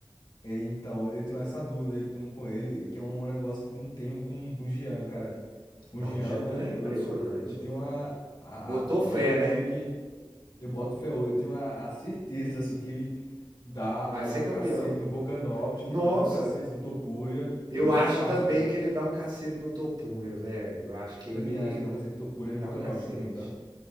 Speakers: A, on the left (about 55°); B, on the right (about 60°).
A: É, então, eu tenho essa dúvida aí com, com ele, que é um negócio que eu não tenho com, com o Jean, cara. Com
B: Não,
A: o Jean,
B: Jean
A: eu tenho, um-
B: é impressionante.
A: eu, eu, eu tenho uma, a,
B: Botou
A: a- eu
B: fé,
A: acho que eu tenho
B: né?
A: meio que, eu boto fé, eu tenho a, a certeza, assim, que ele dá,
B: Vai
A: dá
B: ser
A: um
B: campeão.
A: cacete no Volkanovski,
B: Nossa!
A: dá um cacete no Topuria,
B: Eu
A: e,
B: acho
A: e fácil,
B: também
A: tá?
B: que ele dá um cacete no Topuria velho. Eu acho que ele
A: Também acho que dá um cacete no Topuria
B: dá
A: e no Volkanovski
B: um cacete.
A: também, tá?